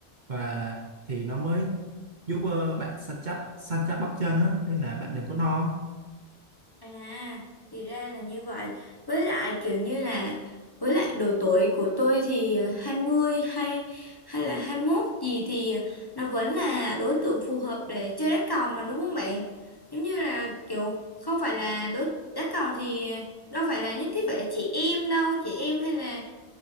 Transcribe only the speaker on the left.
À, thì ra là như vậy. Với lại kiểu như là với lại độ tuổi của tôi thì ờ, 20 hay hay là hai mốt gì thì nó vẫn là đối tượng phù hợp để chơi đá cầu mà đúng không bạn? Giống như là kiểu không phải là đối đá cầu thì đâu phải là nhất thiết phải là chị em đâu, chị em hay là